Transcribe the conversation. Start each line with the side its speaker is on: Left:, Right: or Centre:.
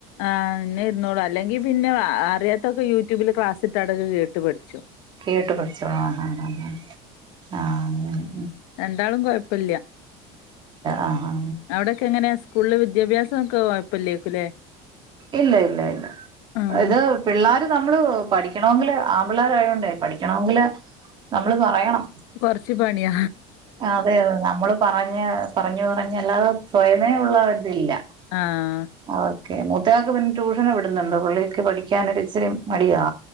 Left: ആഹ് എന്ന്നെ ഇരുന്നോളൂ അല്ലെങ്കിൽ പിന്നെ അറിയാത്തൊക്കെ യൂട്യൂബിൽ ക്ലാസ്സി ഇട്ട്ടക്ക് കേട്ട് പഠിച്ചു
Right: കേട്ട് പിടിച്ചു ആഹ് ആഹ് ആഹ് ആഹ് ആഹ്
Left: രാണ്ടളും കുഴപ്പില്ല
Right: ആ ഹാ
Left: അവിടൊക്കെ എങ്ങനെയ സ്കൂളില് വിദ്യാഭ്യാസം ഒക്കെ കുഴപ്പില്ലേക്കല്ലേ
Right: ഇല്ല ഇല്ല ഇല്ല
Left: ആഹ്
Right: ഇത് പിള്ളേര് നമ്മള് പഠിക്കണമെങ്കില് ആൺ പിള്ളോര ആയതോണ്ടേ പഠിക്കണമെങ്കില് നമ്മള് പറയണം
Left: കുറച്ച് പണിയ
Right: അതെ അതെ നമ്മള് പറഞ്ഞഞ് പറഞ്ഞു പറഞ്ഞഞ് അല്ലാതെ സ്വയമേ ഉള്ള ഇതില്ല
Left: ആഹ്
Right: ഓക്കെ മൂത്തയാൾക്ക് പിന്നെ ട്യൂഷന വിടുന്നുണ്ട് പുള്ളിക്ക് പഠിക്കാനൊരിച്ചിരി മടിയാ